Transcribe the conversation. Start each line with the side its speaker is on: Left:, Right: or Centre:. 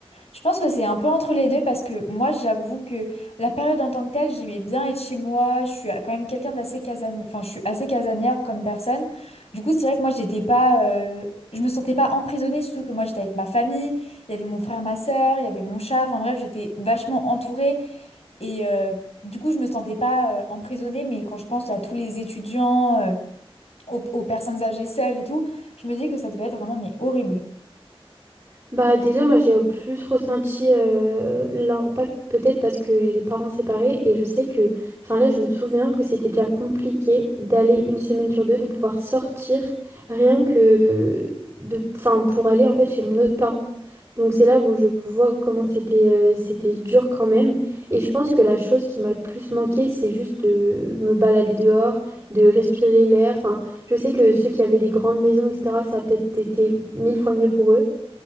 Left: Je pense que c'est un peu entre les deux parce que moi, j'avoue que la période en tant que telle, j'aimais bien être chez moi. Je suis quand même quelqu'un d'assez casanier, enfin, je suis assez casanière comme personne. Du coup, c'est vrai que moi, j'étais pas, euh, je me sentais pas emprisonnée, surtout que moi, j'étais avec ma famille. Il y avait mon frère, ma sœur, il y avait mon chat. Enfin bref, j'étais vachement entourée et euh, du coup, je me sentais pas euh, emprisonnée. Mais quand je pense à tous les étudiants. euh, aux, aux personnes âgées seules et tout, je me dis que ça devait être vraiment mais horrible.
Right: Bah déjà moi j'ai plus ressenti euh, l'impact peut-être parce que j'ai les parents séparés et je sais que enfin là je me souviens que c'était déjà compliqué d'aller une semaine sur deux de pouvoir sortir rien que de enfin pour aller en fait chez mon autre parent. Donc c'est là où je vois comment c'était euh, c'était dur quand même et je pense que la chose qui m'a le plus manqué c'est juste de me balader dehors, de respirer l'air. Enfin je sais que ceux qui avaient des grandes maisons etc ça a peut-être été mille fois mieux pour eux.